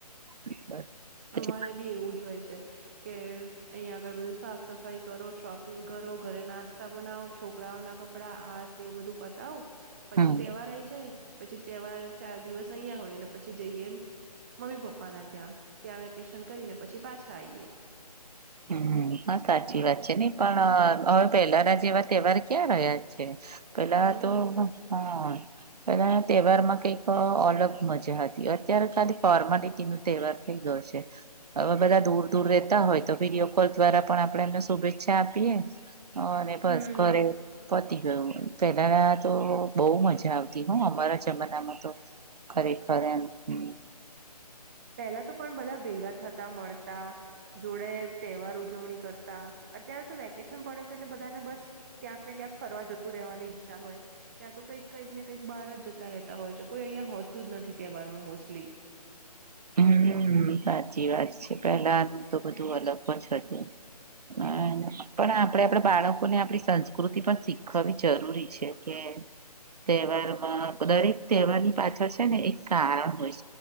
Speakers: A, on the right (about 70°); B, on the right (about 20°).
A: બસ પછી
B: અમારે બી એવું જ હોય છે. કે અહીંયા આગળ બધું સાફ સફાઈ કરો, શોપિંગ કરો, ઘરે નાસ્તા બનાવો, છોકરાઓના કપડાં કપડા આ તે બધું પતાવી, પછી
A: હમ
B: તે એવા રહી જાય. પછી તહેવાર ચાર દિવસ અહં હોય, અને પછી જઈએ મમ્મી-પપ્પાના ત્યાં ત્યાં વેકેશન કરીને, પછી પાછા આઈએ.
A: હમ, હા સાચી વાત છે નઈ, પણ હવે પહેલાના જે એવા તહેવાર ક્યાં રહ્યા છે. પેલા
B: હમ
A: તો હા. પેલા તહેવાર માં કઈક અલગ મજા હતી, અત્યારે ખાલી ફોર્માલિટી નો તહેવાર થઈ ગયો છે, હવે બધા દૂર દૂર રહેતા હોય તો વિડીયો કોલ દ્વારા પણ આપણેે એમને શુભેચ્છા આપીએ, અને બસ
B: હમ
A: ઘરે પતી ગયો, પેલા તો બહુ મજા આવતી, હું અમારા જમાનામાં તો ખરેખર એમ હમ્મ
B: પેલા તો પણ બધા ભેગા થતા મળતા જોડે તહેવાર ઉજવણી કરતા, અત્યારે તો વેકેશન પડે છે એટલે બધાને બસ ક્યાંક ને ક્યાંક ફરવા જતું રહેવાની ઈચ્છા હોય. ક્યાં તો કંઈક કઈક ને કંઈક બાર જતા રહેતા હોય છે, કોઈ અહિયાયા હોતું જ નથી તહેવારમાં મોસ્ટલી
A: હમ, સાચી વાત છે, પેલા તો બધું અલગ જ હતું. હ પણ આપડે આપડ બાળકોને આપણી સંસ્કૃતિ પણ શીખવી જરૂરી છે કે તહેવારમાં દરેક તહેવારની પાછળ છે ને એક કારણ હોય